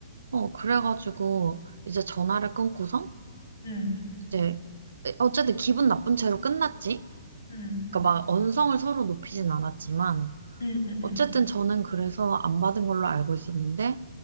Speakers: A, on the right; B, on the left.
A: 어, 그래가지고, 이제 전화를 끊고서,
B: 응,
A: 이제, 어쨌든 기분 나쁜 채로 끝났지?
B: 응,
A: 그러니까 막 언성을 서로 높이진 않았지만,
B: 응, 응,
A: 어쨌든
B: 응,
A: 저는 그래서 안 받은 걸로 알고 있었는데,